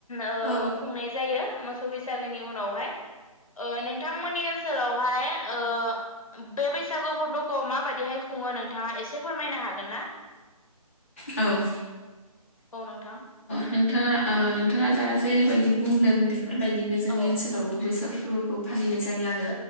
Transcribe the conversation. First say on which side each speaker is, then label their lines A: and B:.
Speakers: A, on the left (about 65°); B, on the left (about 20°).
A: ओ
B: औ
A: खुंनाय जायो मोसौ बैसागोनि उनावहाय ओ नोंथांमोननि ओनसोलावहाय ओ बे बैसागु फोरबोखौ माबादिहाय खुङो नोंथाङा एसे फोरमायनो हागोन ना
B: औ
A: अ नोंथां
B: ओ नोंथाङा ओ नोंथाङा दा जेरैबायदि बुंदों बेफोरबायदिनो जोंनि
A: औ
B: ओनसोलावबो बैसागु फोरबोखौ फालिनाय जायो आरो